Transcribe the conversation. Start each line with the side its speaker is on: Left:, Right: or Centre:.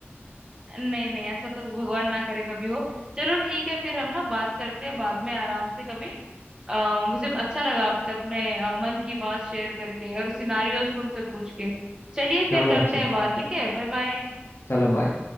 Right: नहीं नहीं ऐसा तो भगवान ना करे कभी हो चलो ठीक है फिर हम ना बात करते हैं बाद में आराम से कभी आ, मुझे अच्छा लगा आपसे अपने अ, मन की बात शेयर करके और सिनारियोस तुमसे पूछ के चलिए फिर
Left: चलो
Right: करते
Left: अच्छी
Right: हैं बात ठीक है बाय बाय
Left: चलो बाय